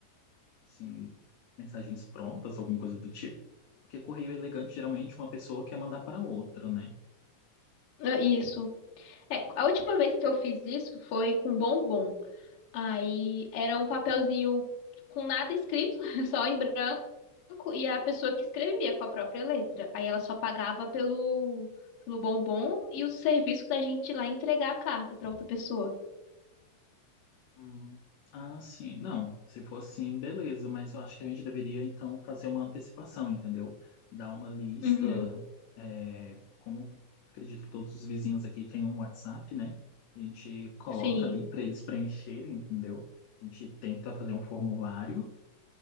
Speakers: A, on the left; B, on the left.
A: assim, mensagens prontas, alguma coisa do tipo. Porque correio elegante geralmente uma pessoa quer mandar para outra, né?
B: Ah, Isso. É, a última vez que eu fiz isso foi com bombom. Aí era um papelzinho com nada escrito, <laughs> só em branco. banco e a pessoa que escrevia com a própria letra. Aí ela só pagava pelo, pelo bombom e o serviço da gente ir lá entregar a carta para outra pessoa.
A: Hum, ah, sim. Não, se for assim, beleza, mas eu acho que a gente deveria então fazer uma antecipação, entendeu? Dar uma lista,
B: Uhum.
A: é, como acredito que todos os vizinhos aqui têm um WhatsApp, né? A gente coloca
B: Sim.
A: ali para eles preencherem, entendeu? A gente tenta fazer um formulário